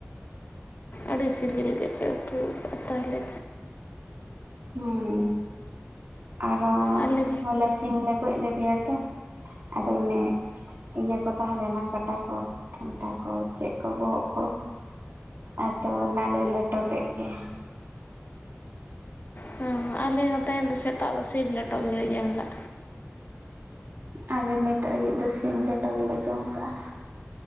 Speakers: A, on the left; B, on the right.
A: ᱟᱹᱰᱤ ᱥᱤᱵᱤᱞ ᱜᱮᱯᱮ ᱩᱛᱩ ᱟᱠᱟᱜᱼᱟ ᱛᱟᱦᱞᱮ
B: ᱦᱩᱸ ᱟᱨᱚ
A: ᱟᱞᱮ
B: ᱦᱚᱞᱟ ᱥᱤᱢ ᱞᱮ ᱜᱚᱡ ᱞᱮᱫᱮᱭᱟ ᱟᱫᱚ ᱩᱱᱮ ᱤᱭᱟᱹ ᱠᱚ ᱛᱟᱦᱮᱸ ᱞᱮᱱ ᱠᱟᱴᱟ ᱠᱚ ᱴᱷᱱᱴᱟ ᱠᱚ ᱪᱮᱫ ᱠᱚ ᱵᱚᱦᱚᱜ ᱠᱚ ᱟᱫᱚ ᱚᱱᱟ ᱞᱮ ᱞᱮᱴᱚ ᱞᱮᱫ ᱜᱮ
A: ᱦᱚᱸ ᱟᱞᱮ ᱦᱚᱸ ᱛᱮᱦᱮᱧ ᱫᱚ ᱥᱮᱛᱟᱜ ᱫᱚ ᱥᱤᱢ ᱞᱮᱴᱚ ᱜᱮᱞᱮ ᱮᱢᱚᱢ ᱞᱟ-ᱟ
B: ᱟᱞᱮ ᱱᱤᱛᱚᱜ ᱟᱹᱭᱩᱵ ᱫᱚ ᱥᱤᱢ ᱞᱮᱴᱚ ᱜᱮᱞᱮ ᱡᱚᱢ ᱠᱟᱜᱼᱟ